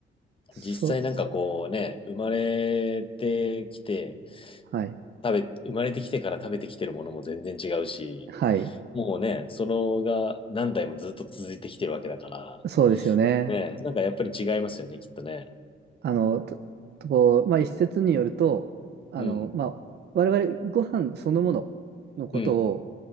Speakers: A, on the right; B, on the left.
A: そ、
B: 実際なんかこうね、生まれてきて、
A: はい。
B: 食べ、生まれてきてから食べてきてるものも全然違うし、
A: はい。
B: もうね、そのが何代もずっと続いてきてるわけだから、
A: そうですよね。
B: ね、なんかやっぱり違いますよね、きっとね。
A: あの、と、とこう、まあ、一説によると、あの、
B: うん、
A: まあ、我々、ご飯そのもののことを、
B: うん、